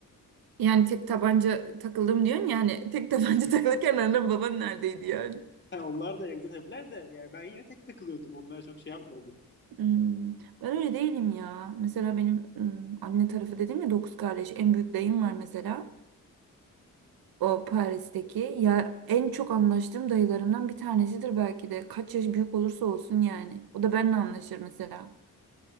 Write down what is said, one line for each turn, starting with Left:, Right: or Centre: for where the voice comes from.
Right: Yani tek tabanca takıldım diyorsun yani tek tabanca <laughs> takılırken annem baban neredeydi yani?
Left: Ha, onlar da evde tabiler de yani ben yine tek takılıyordum. Onlar çok şey yapmadım.
Right: Hmm, Ben öyle değilim ya. Mesela benim hmm, anne tarafı dedim ya dokuz kardeş. En büyük dayım var mesela. O Paris'teki. Ya en çok anlaştığım dayılarımdan bir tanesidir belki de. Kaç yaş büyük olursa olsun yani. O da benimle anlaşır mesela.